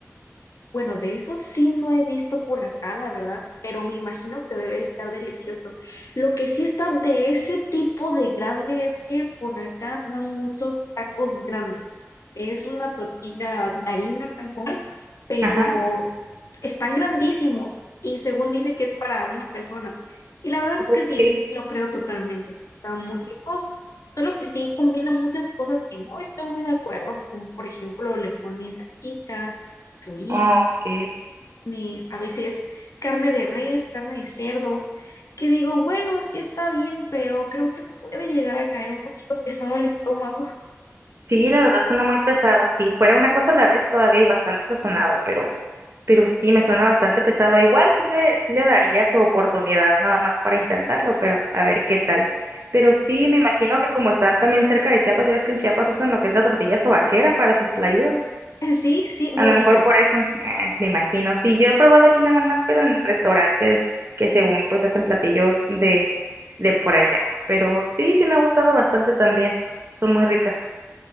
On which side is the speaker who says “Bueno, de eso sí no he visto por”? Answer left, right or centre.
Left